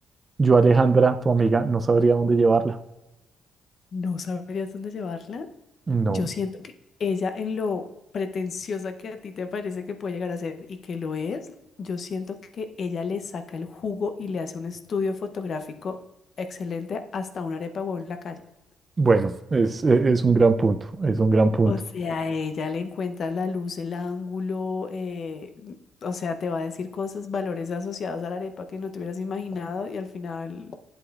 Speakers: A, on the right (about 30°); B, on the left (about 55°).
A: yo a Alejandra, tu amiga, no sabría dónde llevarla.
B: No sabrías dónde llevarla.
A: No,
B: Yo siento que ella en lo pretenciosa que a ti te parece que puede llegar a ser y que lo es, yo siento que ella le saca el jugo y le hace un estudio fotográfico excelente hasta una arepa o en la calle.
A: Bueno, es, e- es un gran punto, es un gran punto.
B: O sea, ella le encuentra la luz, el ángulo, eh, o sea, te va a decir cosas, valores asociados a la arepa que no te hubieras imaginado y al final